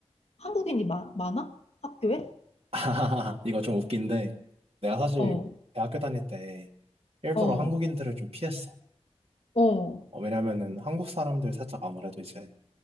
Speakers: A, on the left (about 70°); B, on the right (about 65°).
A: 한국인이 마, 많아? 학교에?
B: <laughs> 이거 좀 웃긴데 내가 사실
A: 어,
B: 대학교 다닐 때 일부러
A: 어,
B: 한국인들을 좀 피했어.
A: 어,
B: 어, 왜냐면은 한국 사람들 살짝 아무래도 이제